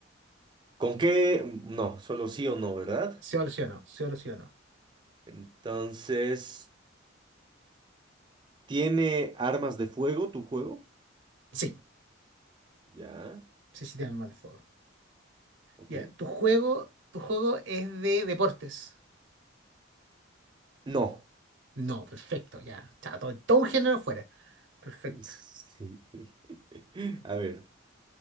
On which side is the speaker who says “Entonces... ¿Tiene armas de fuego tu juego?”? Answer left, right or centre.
Right